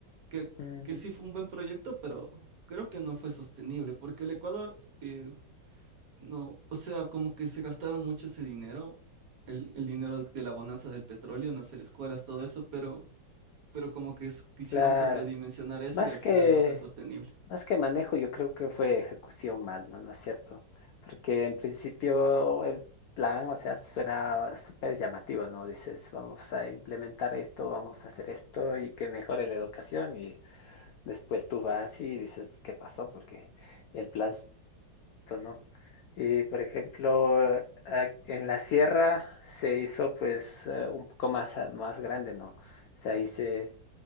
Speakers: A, on the right (about 55°); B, on the left (about 80°).
A: Que,
B: mm,
A: que sí fue un buen proyecto, pero creo que no fue sostenible, porque el Ecuador, eh, no, o sea, como que se gastaron mucho ese dinero, el, el dinero de la bonanza del petróleo en hacer escuelas, todo eso, pero, pero como que s- quisieron
B: claro.
A: sobredimensionar eso
B: Más
A: y al final
B: que,
A: no fue sostenible.
B: más que manejo, yo creo que fue ejecución mal, ¿no? ¿No es cierto? Porque en principio el plan, o sea, suena súper llamativo, ¿no? Dices, vamos a implementar esto, vamos a hacer esto y que mejore la educación. Y después tú vas y dices, ¿qué pasó? Porque el plan, s- esto no. Y por ejemplo, a- en la sierra se hizo pues eh, un poco más, más grande, ¿no? O sea, ahí se...